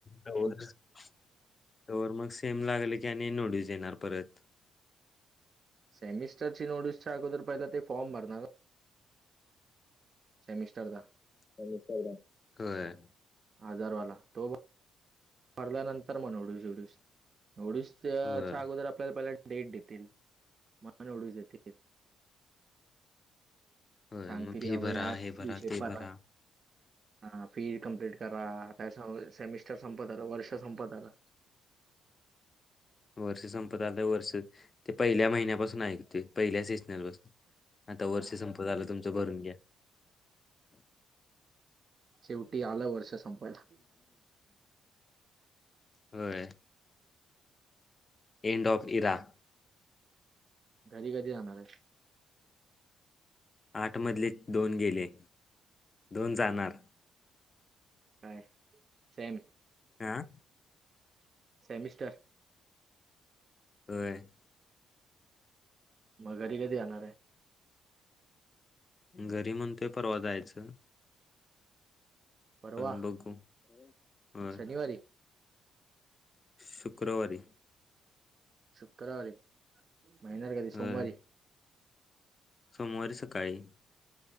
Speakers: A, on the left; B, on the right.
A: तवर मग सेम लागले की आणि नोटीस येणार परत.
B: सेमिस्टर ची नोटसच्या अगोदर पहिला ते फॉर्म भरणार सेमिस्टरदा
A: सेमिस्टरला होय.
B: आजारवाला तो भरल्यानंतर मग ओवढीस, ओवढीस, ओवढीस. च्या
A: होय
B: अगोदर आपल्याला पहिला डेट देतील मग नोटिस देतील.
A: होय
B: सांगतील
A: मग फी
B: <unintelligible> या
A: भरा हे
B: दिवशी
A: भरा ते
B: परत.
A: भरा
B: हा फी कम्प्लीट करा. त्या सेमिस्टर संपत आलं. वर्ष संपत आलं.
A: वर्ष संपत आलं वर्ष. ते पहिल्या महिन्यापासून ऐक पहिल्या सिजनल पसून. आता वर्ष संपत आल तुमचं. भरून घ्या.
B: शेवटी आलं वर्ष संपायला.
A: होय. एंड ऑफ इरा
B: घरी कधी जाणारे?
A: आठ मधले दोन गेले. दोन जाणार.
B: काय? सेम.
A: ह.
B: सेमिस्टर.
A: होय.
B: म घरी कधी जाणारे?
A: घरी म्हणतोय परवा जायचं.
B: परवा
A: पण बघू. होय
B: शनिवारी.
A: शुक्रवारी.
B: शुक्रवारी म येनार कधी
A: होय
B: सोमवारी.
A: सोमवारी सकाळी.